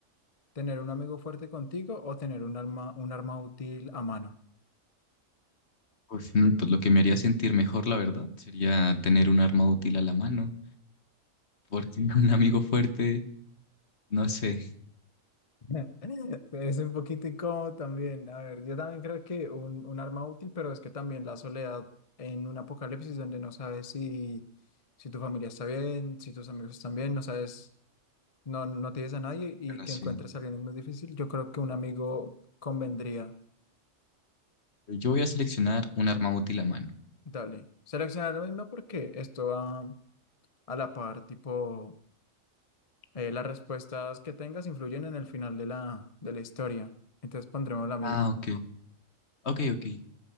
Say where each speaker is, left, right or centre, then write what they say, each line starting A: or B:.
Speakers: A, on the left; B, on the left.
A: ¿Tener un amigo fuerte contigo o tener un arma, un arma útil a mano?
B: Pues, mm, pues lo que me haría sentir mejor, la verdad, sería tener un arma útil a la mano, porque <laughs> un amigo fuerte, no sé.
A: <laughs> Es un poquito incómodo también. A ver, yo también creo que un, un arma útil, pero es que también la soledad en un apocalipsis donde no sabes si, si tu familia está bien, si tus amigos están bien, no sabes. no, no tienes a nadie y
B: Bueno,
A: que
B: sí.
A: encuentres a alguien es muy difícil, yo creo que un amigo convendría.
B: Yo voy a seleccionar un arma útil a mano.
A: Dale. Seleccionar lo mismo porque esto va a la par, tipo, eh, las respuestas que tengas influyen en el final de la, de la historia. Entonces pondremos la misma.
B: Ah, ok. Ok, ok.